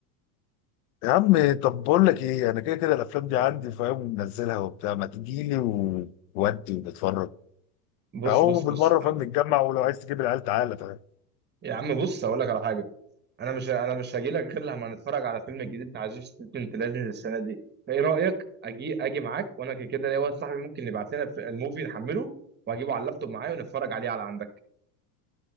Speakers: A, on the left; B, on the right.
A: يا عم طب بقول لك ايه انا كده كده الافلام دي عندي فاهم منزلها وبتاع ما تجي لي وودي ونتفرج
B: بص
A: اهو
B: بص
A: بالمره
B: بص
A: فاهم نتجمع ولو عايز تجيب العيال تعالى فاهم
B: يا عم بص هقول لك على حاجه انا مش انا مش هجي لك غير لما نتفرج على فيلم جديد بتاع جيسون ستيتمنت لازم السنه دي فايه رايك اجي اجي معاك وانا كده كده ليا واحد صاحبي ممكن يبعت لنا في الموفي نحمله واجيبه على اللابتوب معايا ونتفرج عليه على عندك